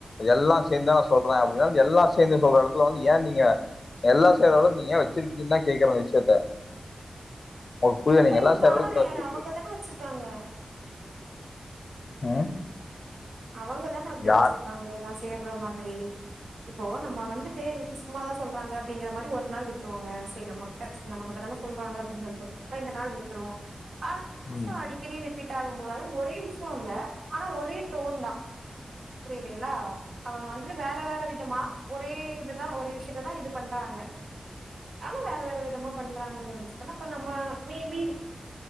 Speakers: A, on the left (about 65°); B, on the right (about 80°).
A: எல்லா சேர்ந்து நா சொல்றே அப்டின்னா எல்லா சேர்ந்து சொல்ற எடத்துல வந்து ஏ நீங்க எல்லா செய்ற அளவுக்கு நீங்க ஏ வச்சிருக்கீங்கு தா கேக்குற விஷயத்த உங்களுக்கு புரியுது
B: அப்ப
A: நீங்க எல்லாம்
B: இது
A: சேர்ற
B: காரண
A: அளவுக்கு வச்சிருக்கீங்க.
B: யாரு அவங்கதானே வச்சிருக்காங்க
A: ம்
B: அவங்கதாங்க அப்டி
A: யார்
B: வச்சிருப்பாங்க லாஸ் தேட்ற மாதிரி இப்போ நம்ம வந்துட்டு இதுக்கு சும்மாதா சொல்றாங்க அப்டிங்கிற மாரி ஒரு நாள் விட்ருவாங்க செரி நம்மகிட்ட ச்ரெ நம்மகிட்டதான சொல்றாங்க அப்டின்னு சொல்ட்டு ரெண்டு நாள் விட்ருவோ ஆ இந்த விஷ்யோ
A: ம்.
B: அடிக்கடி ரிப் பீட் ஆகும் போது அதாவ்து ஒரே விஷயோ இல்ல ஆனா ஒரே டோன்தா புரியுதுங்களா அவங்க வந்துட்டு வேற வேற விதமா ஒரே இதுதா ஒரே விஷ யத்ததா இது பண்றாங்க ஆனா வேற வேற விதமா பண்றாங்கங்கற பட்சத்துல இப்ப நம்ம மேபி